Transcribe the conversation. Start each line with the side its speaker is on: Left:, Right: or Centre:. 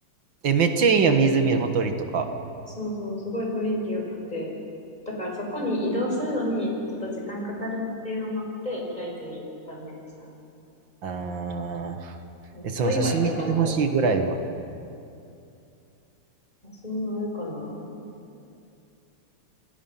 Right: え、めっちゃいいやん、湖のほとりとか。
Left: そうそう、すごい雰囲気良くて。だからそこに移動するのにちょっと時間かかるっていうのもあって、平泉断念したんよ。
Right: あー。
Left: あの、
Right: え、その写真見せてほしいぐらいは。
Left: 小岩井とかの方。写真あるかな